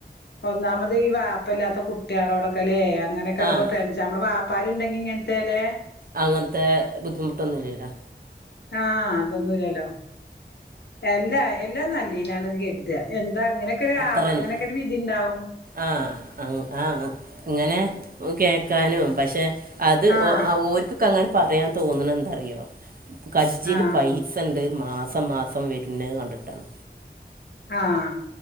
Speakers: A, on the left; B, on the right.
A: ഒന്നാമത് ഈ വാപ്പല്ലാത്ത കുട്ട്യോളോടൊക്കെല്ലേ? അങ്ങനെയൊക്കെ ആകുമ്പോ
B: ആഹ്
A: ടെൻഷൻ. നമ്മള് വാപ് പ്പാര്ണ്ടെങ്കി ഇങ്ങനത്തേലെ
B: അങ്ങൻത്തെ ബുദ്ധിമുട്ടൊന്നുല്ലല്ലോ?
A: ആഹ് അതൊന്നുല്ലല്ലോ. എല്ലാ എല്ലാം നല്ലീനാണന്ന് കര്താ. എന്താ അങ്ങനെയൊക്കെ
B: അത്രന്നെ
A: ആ അങ്ങനെയൊക്കെ ഒരു വിധിണ്ടാവും.
B: ആഹ് ആഹ് ഇങ്ങനെ കേക്കാനും, പക്ഷെ അത്,
A: ആഹ്
B: ഓർക്കൊക്കെ അങ്ങനെ പറയാൻ തോന്നണ എന്താറിയോ കജ്ജില്
A: ആഹ്
B: പൈ സണ്ട്. മാസം മാസം വര്ണത് കണ്ടിട്ടാണ്.
A: ആഹ്.